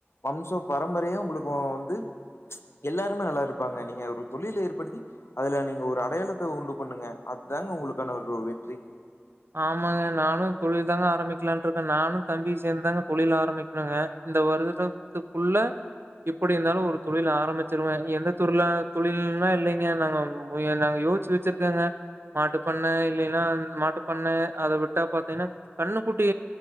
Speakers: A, on the left; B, on the right.
A: வம்ச பரம்பரையே உங்களுக்கு வந்து எல்லாரும் நல்லா இருப்பாங்க நீங்க ஒரு தொழில ஏற்படுத்தி அதுல நீங்க ஒரு அடையாளத்த உண்டு பண்ணுங்க அதுதாங்க உங்களுக்கான ஒரு வெற்றி
B: ஆமாங்க நானும் தொழில் தாங்க ஆரம்பிக்கலான் இருக்கேன் நானும் தம்பி சேந்து தாங்க தொழில் ஆரம்பிக்கணுங்க இந்த வருதுட துக்குள்ள இப்பிடிந்தாலும் ஒரு தொழில் ஆரம்பிச்சிருவேன் எந்த துர்லா தொழில்னா இல்லைங்க நாங்க நாங்க யோசிச்சு வச்சிர்க்கங்க மாட்டு பண்ண இல்லைன்னா மாட்டு பண்னே அத வுட்டா பாத்தீங்கன்னா கண்ணுக்குட்டி